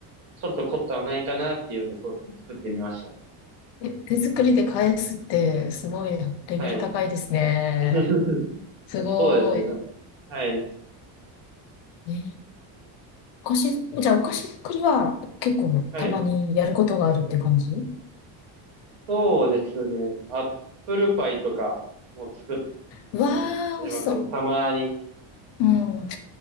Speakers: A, on the right; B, on the left.
A: ちょっと凝ったのないかなっていうので、そうですね。作ってみましたね。
B: え、手作りで返すってすごいレベル高いですね。
A: はい。<laughs>
B: すごい。
A: そうですね。はい。
B: え、お菓子、じゃあお菓子作りは結構たまにやることがあるっていう感じう
A: はい。そうですね。アップルパイとかも作っ
B: わー、
A: たりしてますね。
B: 美味しそう。
A: たまに。
B: うん。